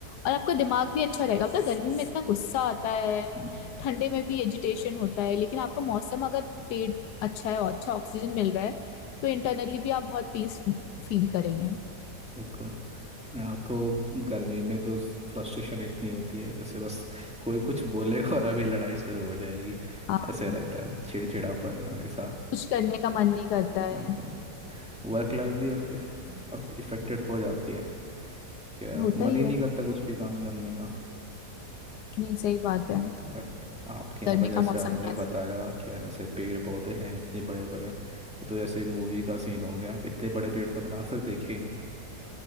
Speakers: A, on the left; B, in the centre.
A: और आपका दिमाग भी अच्छा रहेगा पता है, गर्मी में इतना गुस्सा आता है
B: हम्म,
A: ठंडे में भी एजिटेशन होता है लेकिन आपका मौसम अगर पेट अच्छा है और अच्छा ऑक्सीजन मिल रहा है तो इंटरनली भी आप बहुत पीस फील करेंगे
B: बिल्कुल यहाँ तो गर्मी में तो फ्रस्ट्रेशन इतनी होती है जैसे बस कोई कुछ बोलेगा और अभी लड़ाई शुरू हो जाएगी
A: हाँ
B: ऐसे रहता है चिड़चिड़ापन हमेशा
A: कुछ करने का मन नहीं करता है
B: मतलब वर्क लाइफ भी इफेक्टेड हो जाती है क्या
A: होता
B: मन
A: ही
B: ही नहीं
A: है
B: करता कुछ भी काम करने का
A: नहीं सही बात है
B: बट आपके यहाँ
A: गर्मी
B: पर जैसे
A: का मौसम
B: आपने
A: है
B: बताया
A: ऐसा
B: क्या ऐसे पेड़ पौधे हैं इतने बड़े बड़े ये तो जैसे मूवी का सीन हो गया इतने बड़े पेड़ तो मैंने आज तक देखे ही नहीं है